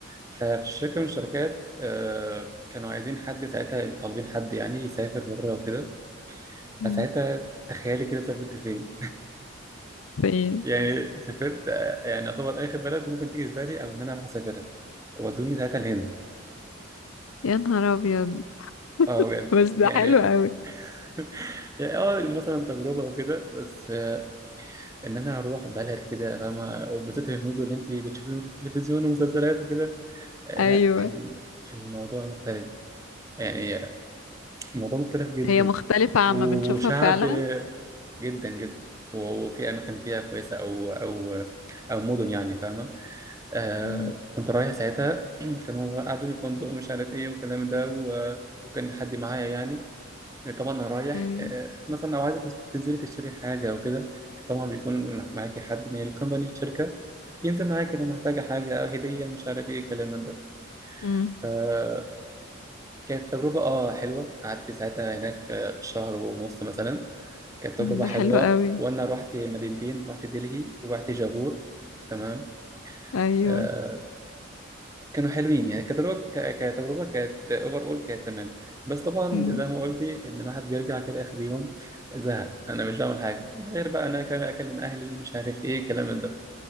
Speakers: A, on the right (about 15°); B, on the left (about 85°).
A: ففي شركه من الشركات آه، كانوا عايزين حد ساعتها طالبين حد يعني يسافر بره وكده
B: مم.
A: فساعتها تخيلي كده سافرت فين
B: في
A: يعني سافرت آه، يعني يعتبر اخر بلد ممكن تيجي في بالي او ان انا اروح اسافرها ودوني ساعتها الهند
B: يا نهار ابيض
A: اه بجد
B: بس ده
A: يعني
B: حلو
A: <laughs>
B: قوي
A: يعني اه مثلا تجربه وكده بس آه، ان انا اروح بلد كده فاهمه وبالذات الهنود اللي انت بتشوفيهم في التلفزيون ومسلسلات وكده آه،
B: ايوه
A: لا ال- الموضوع مختلف يعني الموضوع مختلف جدا
B: هي مختلفة عما
A: وشعب
B: بنشوفها فعلا
A: جدا جدا و- وفي اماكن فيها كويسه او او او مدن يعني فاهمه آه
B: مم.
A: كنت رايح ساعتها <clears throat> كانوا قعدوني في فندق ومش عارف ايه والكلام ده و- وكان حد معايا يعني طبعا انا رايح
B: ايوه
A: آه، مثلا لو عايزه تنزلي تشتري حاجه او كده طبعا بيكون معاكي حد من الكومباني الشركه ينزل معاك كده محتاجة حاجة أو هدية مش عارف إيه الكلام من ده
B: امم
A: فكانت تجربة آه حلوة قعدت ساعتها هناك آه، شهر ونص مثلا كانت تجربة
B: ده
A: حلوة
B: حلو قوي
A: وأنا رحت مدينتين رحت دلهي ورحت جابور تمام
B: ايوه
A: آه كانوا حلوين يعني كتجربة ك- كتجربة كانت أوفر أول كانت تمام بس طبعا
B: مم.
A: زي ما قلتي إن الواحد بيرجع كده آخر يوم زهق أنا مش بعمل حاجة غير بقى أنا كمان أكلم أهلي مش عارف إيه الكلام من ده